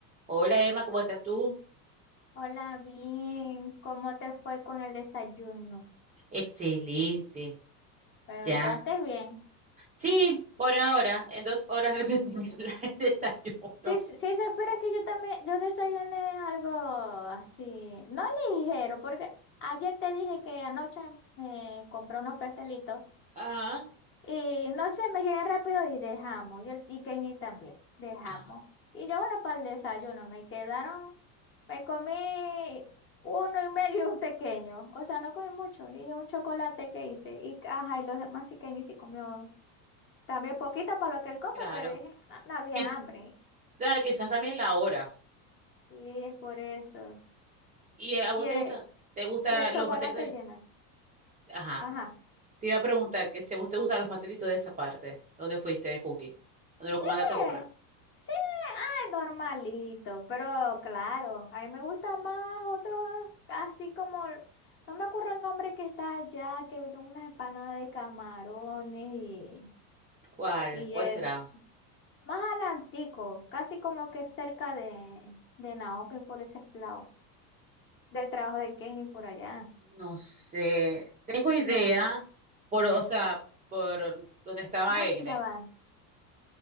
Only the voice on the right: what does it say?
Hola Emma, ¿cómo estás tú?
Excelente,
ya.
Sí, por ahora, en dos horas repetimos <laughs> la- el desayuno.
Ajá,
ajá,
claro.
Quiz-
claro, quizás también la hora.
¿Y eh, a vos
te
gusta? ¿Te gustan
los pasteles de-
Ajá,
te iba a preguntar que si a vos te gustan los pastelitos de esa parte. ¿Dónde fuiste de Cookie? ¿Dónde
lo comandaste a comprar?
¿Cuál?
¿Cuál
será?
No sé. Tengo idea
por, o sea, por donde estaba
Egne,